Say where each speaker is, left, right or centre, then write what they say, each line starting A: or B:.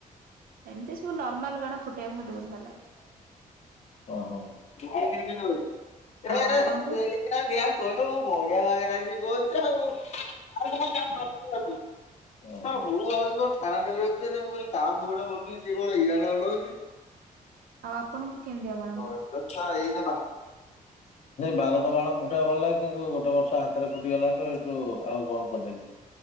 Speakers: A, on the right; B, on the left.
A: ଏମତି ସବୁ ନର୍ମାଲ ବାଣ ଫୁଟେଇଆକୁ ମତେ ବୋହୁତ ଭଲ ଲାଗେ।
B: ଓହୋ! <unintelligible>
A: ଆଉ ଆପଣଙ୍କୁ
B: <unintelligible> <unintelligible> <unintelligible>
A: ଆଉ ଆପଣଙ୍କୁ କେମତିଆ କଣ
B: <unintelligible> <unintelligible> ନାଇଁ ବାରୁଦ ବାଣ ଫୁଟେଇବାକୁ ଗଲା କିନ୍ତୁ ଗୋଟେ ବର୍ଷ ହାତେରେ ଫୁଟିଗଲାଠୁ ତୁ ଆଉ କଣ କରିଦେଲିି